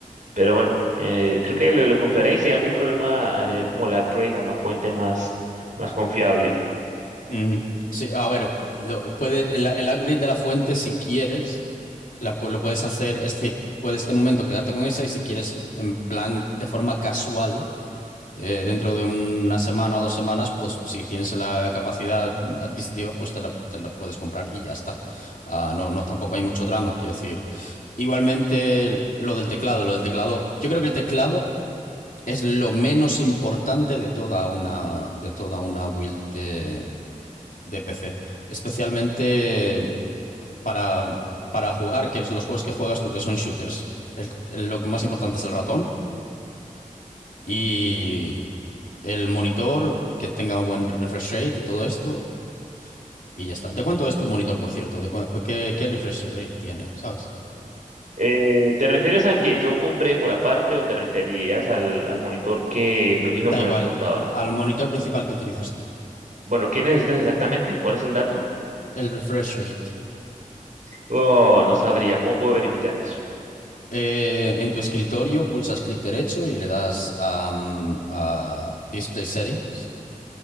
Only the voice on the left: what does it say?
Ujú. Sí, a ver, lo, puede, el, el upgrade de la fuente, si quieres, la, pu- lo puedes hacer, es decir, puedes de momento quedarte con esa y si quieres, en plan, de forma casual, eh, dentro de una semana o dos semanas, pues si tienes la capacidad adquisitiva, pues te la, te la puedes comprar y ya está. Ah, no, no, tampoco hay mucho drama, quiero decir. Igualmente, lo del teclado, lo del teclado, yo creo que el teclado... es lo menos importante de toda una, de toda una build de, de PC. Especialmente para, para jugar, que es los juegos que juegas tú, que son shooters. El- el- lo que más importante es el ratón y el monitor, que tenga buen refresh rate y todo esto. Y ya está. ¿De cuánto es tu monitor, por cierto? ¿De cu- cu- qué, qué refresh rate tiene? ¿Sabes?
Da
igual
al monitor principal que utilizas tú.
El refresh rate.
Eh, en tu escritorio pulsas clic derecho y le das am, a Display Settings